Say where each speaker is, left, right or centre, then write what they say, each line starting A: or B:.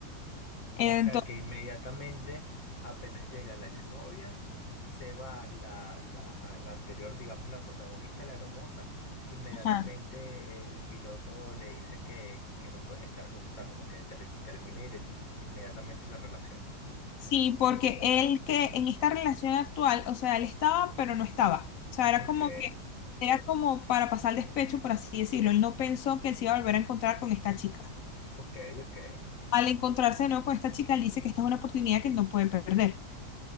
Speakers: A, on the left; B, on the left.
A: Entonces,
B: O sea que inmediatamente, apenas llega la exnovia, se va la, la, a la anterior, digamos, la protagonista, la hermosa. Inmediatamente
A: ajá,
B: el piloto le dice que, que no pueden estar juntos, o sea, como que ter- termina ir- inmediatamente la relación.
A: Sí, porque él que en esta relación actual, o sea, él estaba, pero no estaba. O sea, era
B: Ok,
A: como que, era como para pasar el despecho, por así decirlo. Él no pensó que él se iba a volver a encontrar con esta chica.
B: ok, ok,
A: Al encontrarse de nuevo con esta chica, él dice que esta es una oportunidad que él no puede perder.